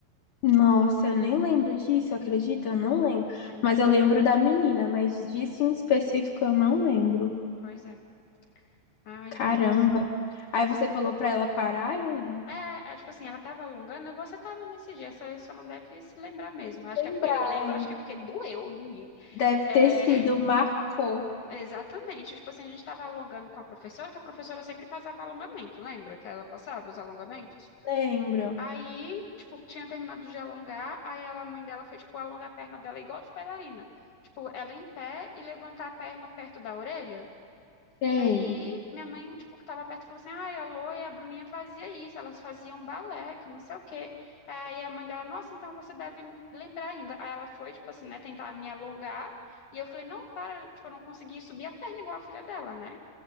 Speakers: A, on the left; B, on the left.
A: Nossa, eu nem lembro disso, acredita? Eu não lembro.
B: Lembro.
A: Mas eu lembro da menina, mas disso em específico eu não lembro.
B: Pois é. Ai,
A: Caramba.
B: nossa,
A: Aí
B: as
A: você
B: coisas.
A: falou pra ela parar e aí
B: É, é, tipo assim, ela tava alongando, você tava nesse dia, só, só não deve se lembrar mesmo. Acho
A: lembrar,
B: que é porque eu lembro,
A: é.
B: acho que porque doeu em mim.
A: Deve ter
B: É,
A: sido marcou.
B: <laughs> exatamente. Tipo assim, a gente tava alongando com a professora, que a professora sempre passava alongamento, lembra que ela passava os alongamentos?
A: Lembro.
B: Aí, tipo, tinha terminado de alongar, aí ela, a mãe dela foi, tipo, alongar a perna dela igual de bailarina. Tipo, ela em pé e levantar a perna perto da orelha. E
A: Sei.
B: aí, minha mãe, tipo, que tava perto, falou assim, ai, a Lô e a Bruninha fazia isso, elas faziam balé, que não sei o quê. Aí a mãe dela, nossa, então você deve lembrar ainda. Aí ela foi, tipo assim, né, tentar me alongar, e eu falei, não, para, tipo, eu não consegui subir a perna igual a filha dela, né?